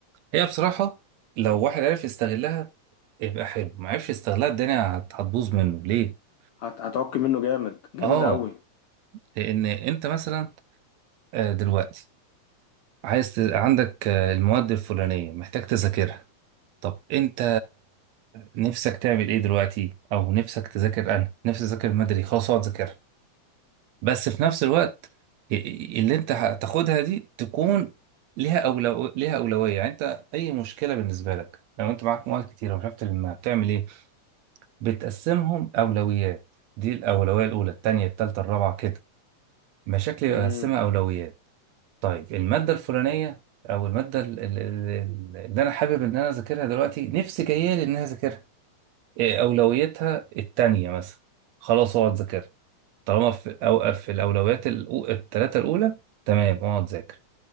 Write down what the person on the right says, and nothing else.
هي بصراحة لو واحد عرف يستغلها يبقى حلو ما عرفش يستغلها الدنيا هت- هتبوظ منه ليه؟
آه
لأن أنت مثلا آه، دلوقتي عايز ت... عندك آه، المواد الفلانية محتاج تذاكرها طب انت نفسك تعمل ايه دلوقتي او نفسك تذاكر انا نفسي اذاكر مدري خلاص اقعد ذاكرها بس في نفس الوقت ي- ي- اللي انت هتاخدها دي تكون ليها أولو... ليها أولوية يعني انت اي مشكلة بالنسبة لك لو انت معاك مواد كتيرة ومش عارف تلمها بتعمل ايه بتقسمهم أولويات دي الأولوية الأولى التانية التالتة الرابعة كده مشاكل يقسمها
أولويات طيب المادة الفلانية أو المادة ال- ال- ال- اللي أنا حابب إن أنا أذاكرها دلوقتي نفسي جاية لي إن أنا أذاكرها إيه أولويتها التانية مثلا خلاص أقعد أذاكرها طالما في أوقف في الأولويات الأو- التلاتة الأولى تمام أقعد أذاكر